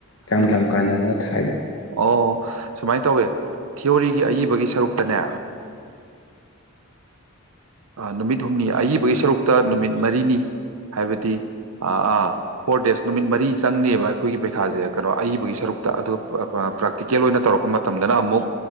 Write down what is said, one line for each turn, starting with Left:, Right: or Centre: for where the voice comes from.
Left: ꯀꯌꯥꯝ
Right: ꯅꯨꯃꯤꯠ
Left: ꯀꯌꯥꯝ ꯀꯥꯟꯅꯗꯅ ꯊꯥꯏꯅꯣ
Right: ꯑꯣ ꯁꯨꯃꯥꯏꯅ ꯇꯧꯋꯦ ꯊꯤꯑꯣꯔꯤꯒꯤ ꯑꯏꯕꯒꯤ ꯁꯔꯨꯛꯇꯅꯦ ꯅꯨꯃꯤꯠ ꯍꯨꯝꯅꯤ ꯑꯏꯕꯒꯤ ꯁꯔꯨꯛꯇ ꯅꯨꯃꯤꯠ ꯃꯔꯤꯅꯤ ꯍꯥꯏꯕꯗꯤ ꯐꯣꯔ ꯗꯦꯖ ꯅꯨꯃꯤꯠ ꯃꯔꯤ ꯆꯪꯅꯦꯕ ꯑꯩꯈꯣꯏꯒꯤ ꯄꯩꯈꯥꯁꯦ ꯀꯩꯅꯣ ꯑꯏꯕꯒꯤ ꯁꯔꯨꯛꯇ ꯑ ꯄ꯭ꯔꯥꯛꯇꯤꯀꯦꯜ ꯑꯣꯏꯅ ꯇꯧꯔꯛꯄ ꯃꯇꯝꯗꯅ ꯑꯃꯨꯛ